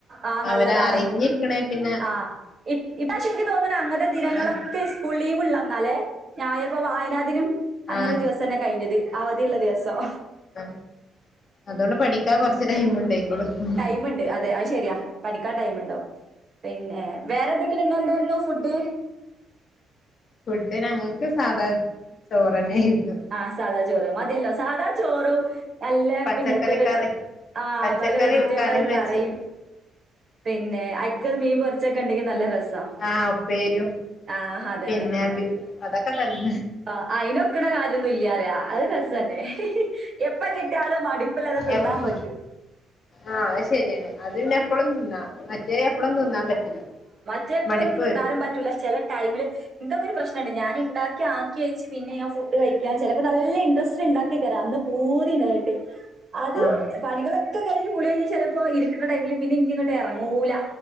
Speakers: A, on the right; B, on the left.
A: ആഹ്
B: അവരെ
A: നല്ലതാണെ
B: അറിഞ്ഞിരിക്കണേ പിന്നെ
A: ആഹ് ഇപ് ഇപ്പാശിക്ക് തോന്നണ് അങ്ങത്തെ ദിനങ്ങളൊക്കെ
B: അതാണ്
A: സ് കൂൾ ലീവിള്ളന്നാലേ ഞായ പ്പൊ വായനാദിനം അങ്ങനൊരു
B: ആഹ്
A: ദിവസന്നെ കൈഞ്ഞത് അവധിള്ള ദിവസം
B: ആഹ് അതോണ്ട് പഠിക്കാ കൊർച്ച് ടൈം ഇണ്ടായ്ക്കോളും ഉം
A: മ്മുണ്ട് അതെ അയ്ശരിയാ പഠിക്കാൻ ടൈമിണ്ടാവും പിന്നെ വേറെന്തെങ്കിലും ഇന്നെന്താന്നു ഫുഡ്
B: ഫുഡ്ഡ് ഞങ്ങക്ക് സാധാ ചോറെന്നേനു
A: ആഹ് സാധാ ചോറ് മത്യെല്ലോ സാധാ ചോറും നല്ല
B: പച്ചക്കറി
A: പിന്നെ ഇത് വെച്ച്
B: കറി
A: ആഹ്
B: പച്ചക്കറി
A: നല്ല വെജിറ്റബിറ്
B: കറി വെച്ച്
A: കറിം പിന്നെ ഐക്ക് മീൻ പൊര്ച്ചൊക്കെണ്ടെങ്കി നല്ല രസാ
B: ആഹ് ഉപ്പേരിയും
A: ആഹ് ഹതന്നെ
B: പിന്നെ ബി അതൊക്കെ തന്നെ
A: ആഹ് അയിനൊക്കിണെ ഇതൊന്നുല്ല്യാറ്യ അത് രസല്ലെ എപ്പ കിട്ട്യാലും മടിപ്പില്ലാതെ തിന്നാൻ
B: എപ്പ
A: പറ്റും
B: ആഹ് അത് ശെര്യെന്നെ അത് പിന്നെ എപ്പളും തിന്നാ മറ്റേ എപ്പളും തിന്നാൻ പറ്റില്ല
A: റ്റെ എപ്പളും
B: മടുപ്പ്
A: നമ്മക്ക് തിന്നാനും
B: വരും
A: പറ്റൂല ചെ ചെലെ ടൈമില് ഇൻക്കൊക്കെരു പ്രശ്നണ്ട് ഞാനിണ്ടാക്ക്യാക്കി വച്ച് പിന്നെ ഞാ ഫുഡ് ഞാൻ ചെലെപ്പ നല്ല ഇൻട്രസ്റ്റ്ല് ഇണ്ടാക്കേക്കാര അന്ന് പൂതി ഇണ്ടായിട്ട് അത്
B: ആഹ്
A: പണികള ഒക്ക കഴിഞ്ഞ് കുളി കഴിഞ്ഞ് ചെലപ്പോ ഇരിക്കിണ ടൈമില് പിന്നെ ഇനിക്കങ്ങിട്ടെറങ്ങൂല